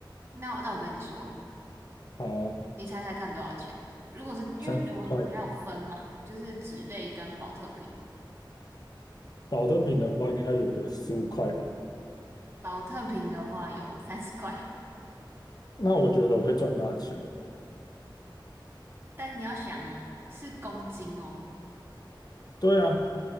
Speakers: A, on the right (about 30°); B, on the left (about 50°).
A: 那那我跟你说，
B: 好啊，
A: 你猜猜看多少钱？如果是因为你有你还有分嘛，
B: 三十块吧，
A: 就是脂类跟保特瓶，
B: 保特瓶的话应该有个十五块吧。
A: 保特瓶的话有三十块，
B: 那我觉得我会赚大钱，
A: 但你要想哦，是公斤哦。
B: 对啊，